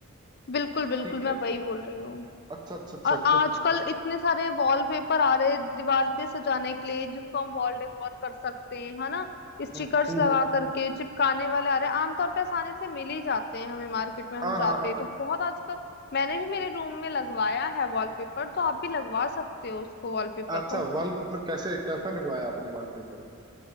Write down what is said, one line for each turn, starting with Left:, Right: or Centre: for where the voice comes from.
Left: बिल्कुल बिल्कुल
Right: ठीक
Left: मैं
Right: है
Left: वही बोल रही हूँ
Right: अच्छा अच्छा अच्छा
Left: और
Right: अच्छा
Left: आजकल इतने सारे वॉलपेपर आ रहे हैं दीवार पे सजाने के लिए जिसको हम वॉल डेकोर कर सकते हैं है ना स्टिकर्स
Right: हम्म, हम्म,
Left: लगा
Right: हम्म।
Left: करके चिपकाने वाले आ रहे हैं आमतौर पे आसानी से मिल ही जाते हैं हमें मार्केट में हम
Right: हाँ
Left: जाते
Right: हाँ हाँ
Left: हैं तो बहुत आजकल मैंने भी मेरे रूम में लगवाया है वॉलपेपर तो आप भी लगवा सकते हो उसको वॉलपेपर
Right: अच्छा
Left: को
Right: वॉलपेपर कैसे कैसा लगवाया आपने वॉलपेपर